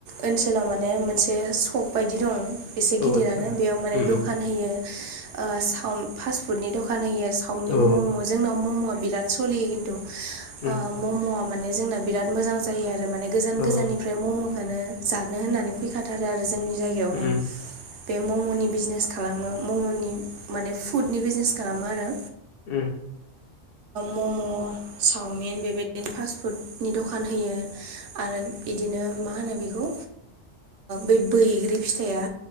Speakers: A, on the right (about 75°); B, on the left (about 60°).
A: ओनसोलाव माने मोनसे सक बायदि दं एसे
B: औ
A: गिदिरानो
B: आदसा
A: बेयाव माने
B: उम
A: दखान
B: उम
A: होयो ओ साव फास्ट फुडनि दखान होयो सावमिन
B: औ
A: मम जोंनाव ममआ बिराद सलियो खिन्थु
B: उम
A: ममआ माने जोंना बिराद मोजां जायो आरो माने गोजान गोजाननिफ्राय
B: औ
A: ओमफ्राय ममखौनो जानो होननानै फैखाथारो आरो जोंनि जायगायावहाय
B: उम
A: बे ममनि बिजनेस खालामो ममनि माने फुडनि बिजनेस खालामो आरो
B: उम
A: मम चावमिन बेबायदिनो फास्ट फुडनि दखान होयो आरो इदिनो मा होनो बेखौ बे बैग्रि फिथाइया